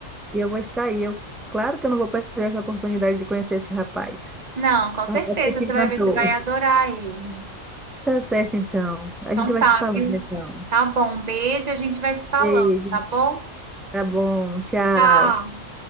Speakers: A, in the centre; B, on the right.
A: E eu vou estar aí. Eu, claro que eu não vou perder essa oportunidade de conhecer esse rapaz.
B: Não, com
A: O
B: certeza.
A: rapaz que te
B: Você
A: encantou.
B: vai ver, você vai adorar ele.
A: Tá certo, então. A
B: Então
A: gente vai
B: tá,
A: se falando,
B: viu?
A: então.
B: Tá bom. Beijo, a gente vai se falando,
A: Beijo.
B: tá bom?
A: Tá bom. Tchau.
B: Tchau.